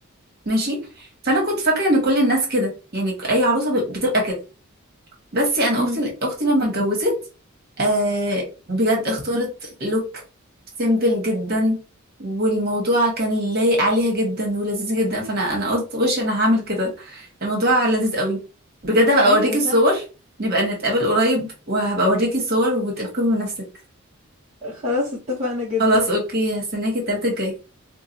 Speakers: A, on the right; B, on the right.
A: ماشي فانا كنت فاكره ان كل الناس كده يعني اي عروسه ب- بتبقى كده بس انا
B: مم.
A: اختي اختي لما اتجوزت آه بجد اختارت لوك سيمبل جدا والموضوع كان لايق عليها جدا ولذيذ جدا فانا انا قلت وش انا هعمل كده الموضوع لذيذ قوي بجد هبقى
B: ايوه
A: اوريكي
B: صح
A: الصور نبقى نتقابل قريب وهبقى اوريكي الصور وتحكمي بنفسك
B: خلاص اتفقنا جدا
A: خلاص اوكي هستناكي التلاتة الجاي